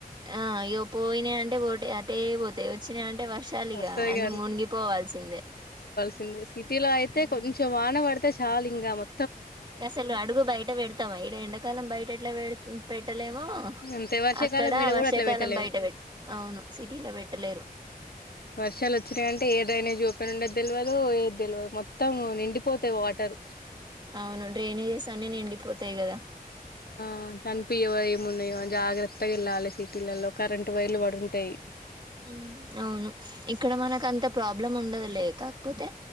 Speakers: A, on the right; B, on the left.
A: ఆ ఇగ పోయినయంటే పోటే అటే పోతయ్ ఒచ్చినయం టే వర్షాలిగా
B: వస్తాయి
A: అన్ని
B: ఇగ
A: మునిగిపోవాల్సిందే
B: సింది సిటీలో అయితే
A: ఉమ్
B: కొంచెం వాన పడితే చాలా ఇంగ మొ
A: అసలు అడుగు బయట పెడుతామా ఇడ ఎండాకాలం బయటేట్లా పెడ్ పెట్టలేమొ
B: అంతే వర్షాకాలం
A: అక్కడ
B: ఈడ
A: వర్షాకాలం
B: కూడా అట్లా పెట్టలేము
A: బయట పెట్ అవును సిటీల పెట్టలేరు
B: వర్షాలోచ్చినయంటే డ్రైనేజ్ ఓపెన్ ఉండేద్ తెలువదు ఏద్ తెలువదు మొత్తం నిండిపోతాయి వాటర్
A: అవును డ్రైనేజెస్ అన్ని నిండిపోతాయి కదా
B: ఆ కనిపియ్యావు ఎంమున్నయో అని జాగ్రత్తగేళ్ళాలే సిటీలళ్ళో కరెంట్ వైర్లు పడుంటాయ్
A: మ్ అవును ఇక్కడ మనకంత ప్రాబ్లం ఉండదు లే కాకపోతే